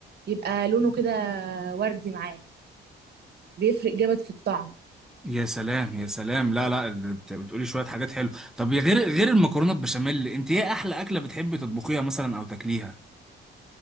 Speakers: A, on the right; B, in the centre.
A: يبقى لونه كده وردي معاك بيفرق جامد في الطعم
B: يا سلام يا سلام لا لا بت- بتقولي شويه حاجات حلوه طب يا غير غير المكرونه بشاميل انت ايه احلى اكله بتحبي تطبخيها مثلا او تاكليها